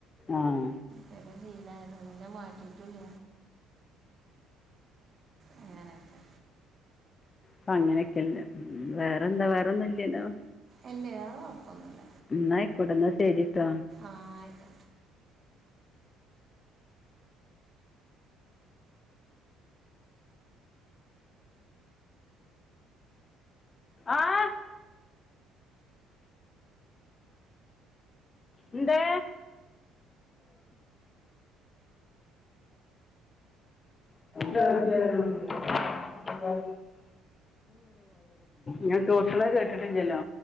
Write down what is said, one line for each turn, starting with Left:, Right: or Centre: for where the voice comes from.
Left: ആഹ്
Right: പെരെ ശീലായ താണ് പിന്നെ അത് മാറ്റീ ട്ടുല്ല അങ്ങനൊക്കെ
Left: പ്പ ങ്ങനൊക്കെല്ലെ ഉം വേറെന്താ വേറൊന്നുല്ലല്ലോ
Right: എല്ല വേറെ കുഴപ്പമൊന്നുല്ല
Left: ഉം ന്നാ ആയിക്കോട്ടെ ന്നാശരി ട്ടോ
Right: ആഹ്
Left: ആഹ് എന്തേ <unintelligible> ഞാൻ ടോട്ടിലെ കേട്ടിട്ട്ല്ലല്ലോ